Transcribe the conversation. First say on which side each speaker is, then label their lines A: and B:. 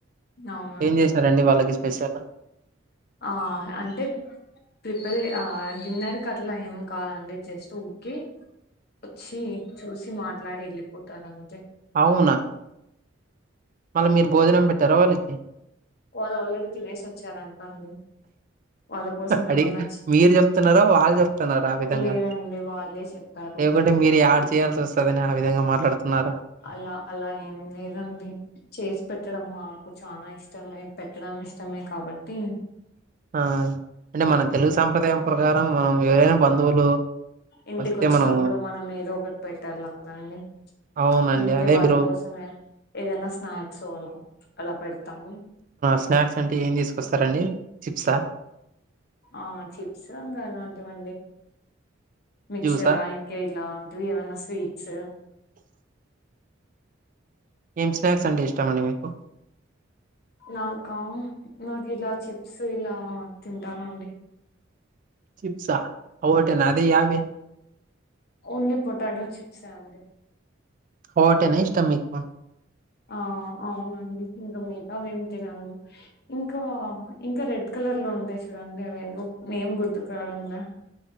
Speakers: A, on the left; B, on the right.
A: అవునండి
B: ఏం చేశారండి వాళ్ళకి స్పెషల్
A: ఆ అంటే ప్రిపేర్ ఆ డిన్నర్ కట్లా ఏం కాలండి జస్ట్ ఊకే వచ్చి చూసి మాట్లాడి వెళ్ళిపోతారు అంతే
B: అవునా మళ్ళీ మీరు భోజనం పెట్టారా వాళ్ళకి
A: వాళ్ళు ఆల్రెడీ తినేసి వచ్చారంట అండి వాళ్ళ కోసం
B: అడిగి
A: ఏమన్నా చే-
B: మీరు చెప్తున్నారో వాళ్ళు చెప్తున్నార ఆ విధంగా
A: లేదండి వాళ్ళే చెప్పారు
B: ఎవలు అంటే మీరు యాడ్ చేయాల్సి వస్తుందని ఆ విధంగా మాట్లాడుతున్నారా
A: అలా అలా ఏం లేదండి చేసి పెట్టడం మాకు చాల ఇష్టమే పెట్టడం ఇష్టమే కాబట్టి
B: ఆ అంటే మన తెలుగు సాంప్రదాయం ప్రకారం మనం ఎవరైనా బంధువులు
A: ఇంటికి
B: వస్తే
A: వచ్చినప్పుడు
B: మనం
A: మనం ఏదో ఒకటి పెట్టలా కదండి
B: అవునండి
A: అందుకే
B: అదే
A: వాళ్ళ
B: మీరు
A: కోసమే ఏదైనా స్నాక్స్ ఓ అలా పెడతాము
B: స్నాక్స్ అంటే ఏం తీసుకొస్తారండి చిప్సా
A: ఆ చిప్స్ ఇంకా అలాంటి వండి మిక్సరా
B: జ్యూసా
A: ఇంకా కేయలాంటివి ఏమన్నా స్వీట్స్
B: ఏం స్నాక్స్ అంటే ఇష్టం అండి మీకు
A: నాకా నాకు ఇలా చిప్స్ ఇలా తింటానండి
B: చిప్సా ఒకటనా అదే యావే
A: ఓన్లీ పొటాటో చిప్స్ అండి
B: ఓటేనా ఇష్టం మీకు
A: ఆ అవునండి ఇంకా మిగతా ఏమి తినను ఇంకా ఇంకా రెడ్ కలర్లో ఉంటాయి చూడండి అవి ఎందో నేమ్ గుర్తుకు రావడంలా